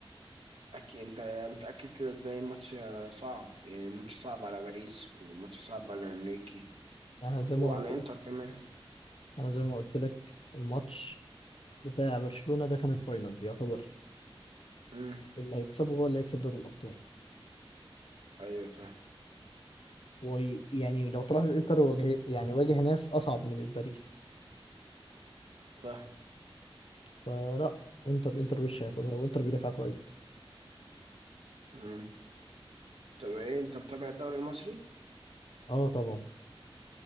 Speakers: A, on the right (about 85°); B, on the left (about 75°).
A: أكيد انت متأكد كده ازاي الماتش آه، صعب يعني الماتش صعب على باريس وماتش صعب على انريكي
B: انا زي
A: وعلى
B: ما قلت لك
A: انتر كمان
B: انا زي ما قلت لك الماتش بتاع برشلونة ده كان الفاينل يعتبر
A: امم
B: اللي هيكسبه هو اللي هيكسب دوري الأبطال
A: ايوه فاهم
B: ويعني لو تلاحظ انتر واجه يعني واجه ناس أصعب من الباريس
A: فاهم
B: فلا انتر انتر وش هياخدها وانتر بيدافع كويس
A: امم طب ايه انت متابع الدوري المصري؟
B: اه طبعا